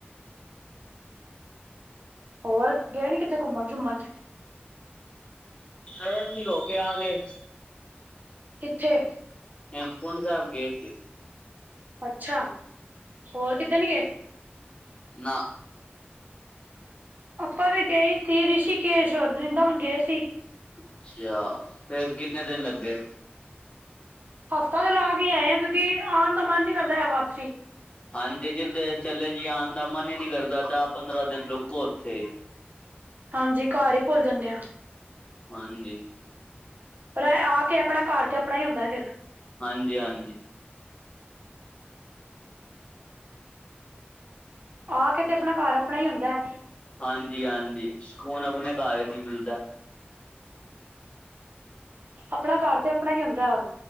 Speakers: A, on the right; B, on the left.
A: ਹੋਰ ਗਏ ਨੀਂ ਕਿੱਥੇ ਘੁੰਮਣ-ਸ਼ੁਮਣ
B: ਗਏ ਸੀ, ਰੋ ਕੇ ਆ ਗੇ।
A: ਕਿੱਥੇ?
B: ਪੋਂ ਪੁੰਡ ਸਾਹਿਬ ਗੇ ਸੀ।
A: ਅੱਛਾ। ਹੋਰ ਕਿੱਦੇ ਨੀਂ ਗੇ?
B: ਨਾਂ।
A: ਆਪਾਂ ਵੀ ਗਏ ਈ ਸੀ ਰਿਸ਼ੀਕੇਸ਼ ਹੋਰ ਵਰਿੰਦਾਵਨ ਗੇ ਸੀ।
B: ਅੱਛਾ, ਫੇਰ ਕਿੰਨੇ ਦਿਨ ਲੱਗੇ।
A: ਹਫ਼ਤਾ ਤਾਂ ਲਾ ਕੇ ਈ ਆਏ ਆਂ ਕਿਉਂਕਿ ਆਣ ਦਾ ਮਨ ਨੀਂ ਕਰਦਾ ਐ ਵਾਪਸੀ।
B: ਹਾਂਜੀ ਜਿਦ ਚਲੇ ਜੀ ਆਣ ਦਾ ਮਨ ਈ ਨੀਂ ਕਰਦਾ, ਦਸ-ਪੰਦਰਾਂ ਦਿਨ ਰੁਕੋ ਉੱਥੇ ਈ।
A: ਹਾਂਜੀ ਘਰ ਈ ਭੁੱਲ ਜਾਂਣੇ ਆਂ।
B: ਹਾਂਜੀ।
A: ਪਰ ਐ ਆ ਕੇ ਅਪਣਾ ਘਰ ਤੇ ਅਪਣਾ ਈ ਹੁੰਦਾ ਫਿਰ।
B: ਹਾਂਜੀ ਹਾਂਜੀ।
A: ਆ ਕੇ ਤੇ ਅਪਣਾ ਘਰ ਆਪਣਾ ਈ ਹੁੰਦਾ ਐ।
B: ਹਾਂਜੀ ਹਾਂਜੀ, ਸਕੂਨ ਆਪਣੇ ਘਰ ਚ ਈ ਮਿਲਦਾ।
A: ਆਪਣਾ ਘਰ ਤੇ ਆਪਣਾ ਈ ਹੁੰਦਾ ਐ।